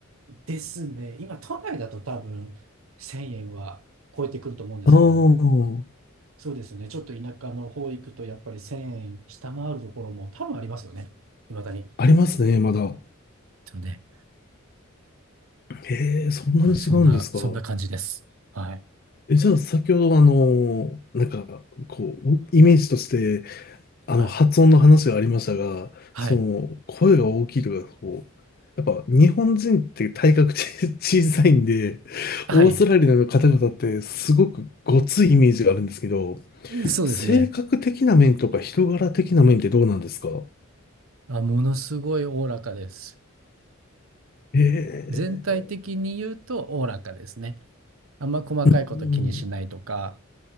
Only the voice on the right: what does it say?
ですね。今、都内だと多分1000円は超えてくると思うんですけど、
そうですね。ちょっと田舎の方行くと、やっぱり1000円下回るところも多分ありますよね。未だに。
そうね。
まあ、そんな、そんな感じです。はい。
はい。
はい。
はい。
えそうですね。
あ、ものすごいおおらかです。
全体的に言うとおおらかですね。あんま細かいこと気にしないとか